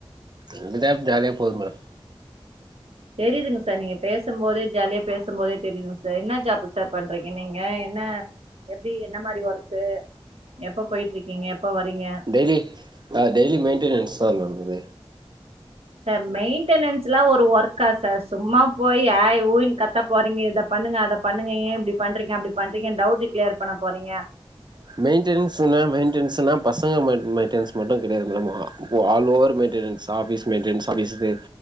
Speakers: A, on the right (about 45°); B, on the right (about 80°).
A: எங்க ஜாப் ஜாலியா போது மேடம்
B: தெரியுதுங்க சார் நீங்க பேசம் போதே ஜாலியா பேசம் போதே தெரியுதுங் சார் என்ன ஜாப்பு சார் பண்றிங்க நீங்க என்ன எப்டி என்ன மாரி ஒர்க்கு எப்ப போயிட்ருக்கிங்க எப்ப வரிங்க
A: டெய்லி ஆ டெய்லி மெயின்டனன்ஸ்தா மேம் இது
B: சார் மெயின்டெனன்ஸ்லா ஒரு ஒர்க்கா சார் சும்மா போய் ஏய் ஊய்ன் கத்த போறிங்க இத பண்ணுங்க அத பண்ணுங்க ஏ இப்படி பண்றிங்க அப்டி பண்றிங்கன் டவுட் கிளியர் பண்ண போறிங்க
A: மெய்ன்ட்டெனன்ஸுங் மேம் மெய்ன்ட்டெனன்ஸ்னா பசங்க மெய்ன் மெயின்டனன்ஸ் மட்டு கெடையாது மேடம் ஆ ஓ all over maintenance office maintenance ஸ்டடீஸுக்கு